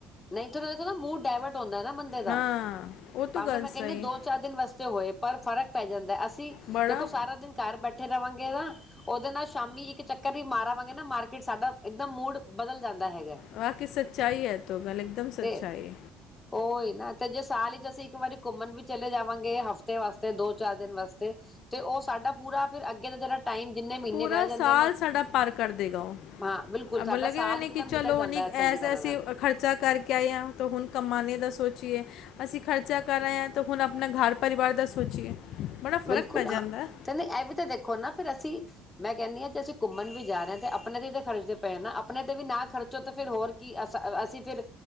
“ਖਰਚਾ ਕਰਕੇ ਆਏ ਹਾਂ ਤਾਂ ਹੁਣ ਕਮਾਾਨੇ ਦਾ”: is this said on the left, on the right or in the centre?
Left